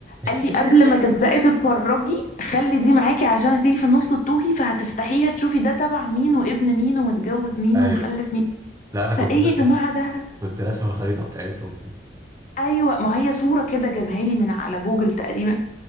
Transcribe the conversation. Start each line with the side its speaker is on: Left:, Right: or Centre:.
Right: <laughs>
Left: قال لي قبل ما تبداي تتفرجي خلي دي معاكي عشان هتيجي في النص تتوهي فهتفتحيها تشوفي ده تبع مين وابن مين ومتجوز مين
Right: ايوه
Left: ومخلف مين
Right: لا انا كنت
Left: فايه
Right: راسم
Left: يا جماعه ده
Right: كنت راسم الخريطة بتاعتهم دي
Left: ايوه ما هي صوره كده جابها لي من على جوجل تقريبا